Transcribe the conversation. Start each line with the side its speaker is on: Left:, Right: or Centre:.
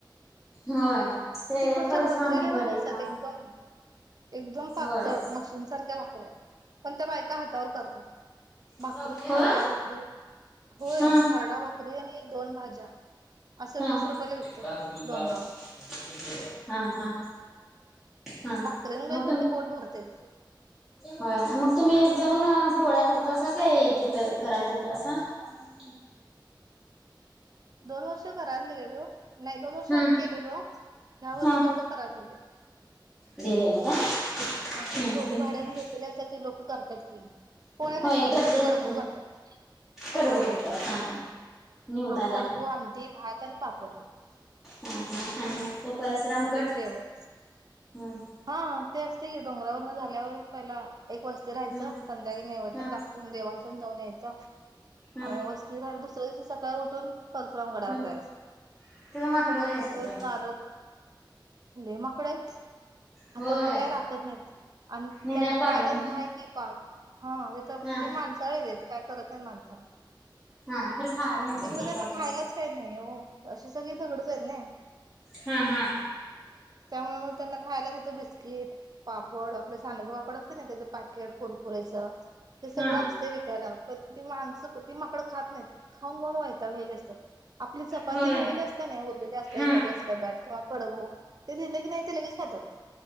Centre: होय ते
Right: तिकडच्या
Centre: परशुराम
Right: भाकऱ्या लय
Centre: गड
Right: भारी
Centre: एक
Right: असत्यात,
Centre: हाय
Right: एकदम एकदम
Centre: होय
Right: पतळ मशीन सारख्या भाकऱ्या, पण त्या बायका हातावर करतात.
Centre: हो,
Right: भाकरी खरडा भाकरी होय
Centre: हा.
Right: खरडा भाकरी आणि दोन भाज्या असं
Centre: हा.
Right: वीस रुपयाला विकतात
Centre: एक लाख दीड
Right: डोंगरावर
Centre: लाख--हा हा. हा
Right: भाकरीेन काय
Centre: मग
Right: शेवटी
Centre: तुम
Right: पोट भरतयच.
Centre: होय, मग तुम्ही जाऊन पोळ्या करतासा काय तिथं कराय देतासा? ह.
Right: दोन वर्ष करायला दिेलेलो. नाही दोन वर्ष
Centre: हम्म
Right: आम्ही केलेलो, ह्या वर्षी
Centre: हा
Right: तेवढं करायला दिलेत.
Centre: देवाला का
Right: ते
Centre: हम्म
Right: खोली
Centre: हम्म
Right: भाड्याने घे ली- असत्यात ती लोक करत्यात की. पोळ्या नाहीत
Centre: होय
Right: करत,
Centre: करत्यात
Right: कडबू
Centre: की
Right: करत्यात.
Centre: कडबू करत्यात हा. निवदाला
Right: हा कडबू आमटी भात आणि पापड.
Centre: हा हा, आणि तो परशरामगड,
Right: हे जेवण
Centre: हम्म
Right: हा ते असतय की, डोंगरावर न झाल्यावर पहिला एक वस्ती राहायचं,
Centre: हम्म
Right: संध्याकाळी नैवद
Centre: हम्म
Right: तेन दाख कून- देवालातेन जाऊन यायचं,
Centre: हम्म
Right: आणि वस्थि राहीलेलं दुसऱ्या दिवशी सकाळी उठून परशुराम गडावर
Centre: हम्म
Right: जायचं.
Centre: तिथं माकडं लय असत्यात
Right: तिथंच
Centre: वाटतं.
Right: नारळ लय माकडंयत हातातलं
Centre: होय
Right: काय राखत नाहीत, आणि
Centre: नेत्यात
Right: त्यांना
Centre: काढून
Right: खायला तिथं हाय की पाव. हा. त-ते
Centre: हा
Right: माणसाळलेलीत आयत, काय करत नाहीत माणसांना,
Centre: हा खरं खायला नेत्यात
Right: तिकडं
Centre: हातातलं
Right: त्यांना खायलाच काय नाही ओ, अशी सगळी दगडच आहेत नाई,
Centre: हा हा
Right: त्यामुळ मग त्यांना खायला तीथं बिस्किट, पापड, आपल सांडग पापड असतय नी त्याचं पॅकेट कुरकुरेच, ते सगळं
Centre: हा
Right: असतय विकायला प ती माणसं, ती माकडं खात नाहीत, खाऊन खाऊन वैतागलेली असत्यात. आपली चपाती
Centre: होय
Right: नेलेली असत्या नाही, उरलेली असत्या
Centre: हा
Right: एखाद्या वेळेस डब्यात, किंवा कडबु ते दिेलं की नाही ते लगेच खातात